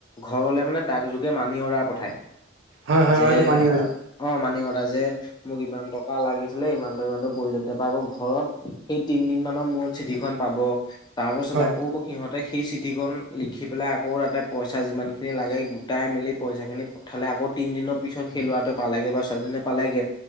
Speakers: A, on the left; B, on the right.
A: ঘৰলে মানে দাক যোগে মানি অৰ্ডাৰ পঠাই
B: হয় হয়
A: যে
B: আৰু মানি আৰু
A: আহ অ মানি অৰ্ডাৰ যে মোক ইমান টকা লাগিছিলে ইমানটো ইমানটো প্ৰয়োজন তাপা আকৌ ঘৰত সেই তিন দিন মানৰ মূৰত চিঠিখন পাব তাৰ পাছত
B: হয়
A: আকৌ সিহঁতে সেই চিঠি চিঠিখন লিখি পেলাই আকৌ তাতে পইচা যিমানখিনি লাগে গোটাই মেলি পইচাখিনি থালে আকৌ তিনদিনৰ পিছত সেই লৱাটো পালেগে বা ছোৱালীজনীয়ে পালেগে